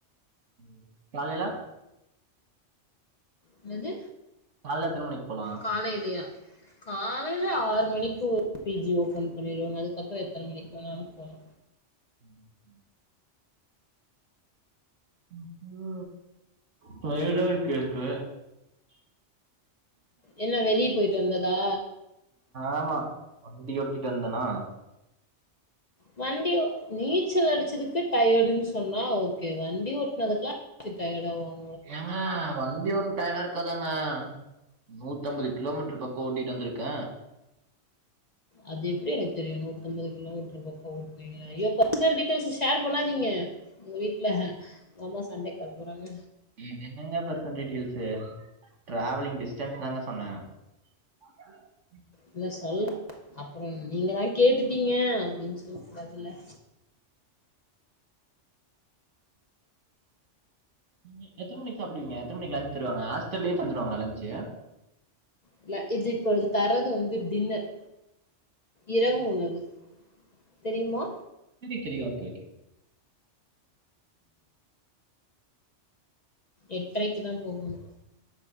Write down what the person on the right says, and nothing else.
ம் காலைல
கால்ல எத்தன மணிக்கு போலா
ம் இப்பு டயர்டா இருக்கே இப்ப
ஆமா வண்டி ஓட்டிட்டு வந்தேனா
ஏங்க வண்டி ஓட்டுனா டயர்டா இருக்காதாங்க நூத்தம்பது கிலோமீட்டரு பக்கோ ஓட்டிட்டு வந்திருக்க
இது என்னங்க பர்சனல்டீட்டெய்ல்ஸ்ஸு ட்ராவலிங் டிஸ்டன்ஸ் தாங்க சொன்னே ஆ
எ எத்தன மணிக்கு சாப்டுவிங்க எத்தன மணிக்கு லன்ச்சு தருவாங்க ஹாஸ்டல்லயே தந்துருவாங்களா லன்ச்சு
<unintelligible> தெரியா ஓகே ஓகே